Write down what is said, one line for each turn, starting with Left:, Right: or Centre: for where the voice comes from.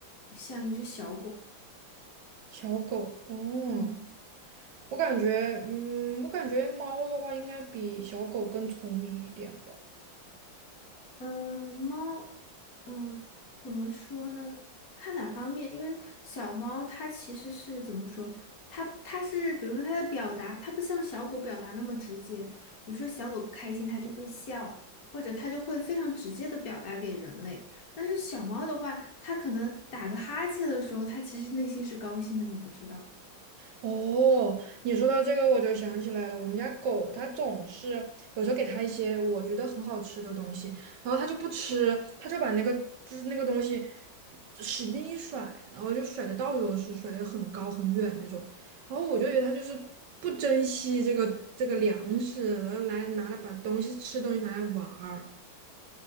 Left: 像一只小狗。
Right: 小狗哦。
Left: 嗯。
Right: 我感觉，嗯，我感觉猫的话应该比小狗更聪明一点吧。
Left: 嗯，猫，嗯，怎么说呢？看哪方面，因为小猫它其实是怎么说？它它是，比如说它的表达，它不像小狗表达那么直接。比如说小狗开心，它就会笑，或者它就会非常直接的表达给人类。但是小猫的话，它可能打个哈欠的时候，它其实内心是高兴的，你不知道。
Right: 哦，你说到这个，我就想起来了。我们家狗它总是有时候给它一些我觉得很好吃的东西，然后它就不吃，它就把那个就是那个东西使劲一甩，然后就甩的到处都是，甩的很高很远那种。然后我就觉得它就是不珍惜这个这个粮食，然后来拿来把东西吃东西拿来玩儿。